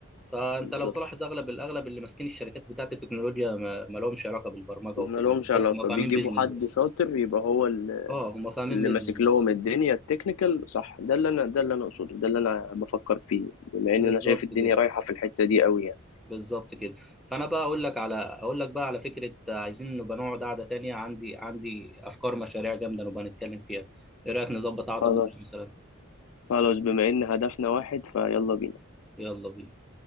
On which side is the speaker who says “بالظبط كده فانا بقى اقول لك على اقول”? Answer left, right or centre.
Centre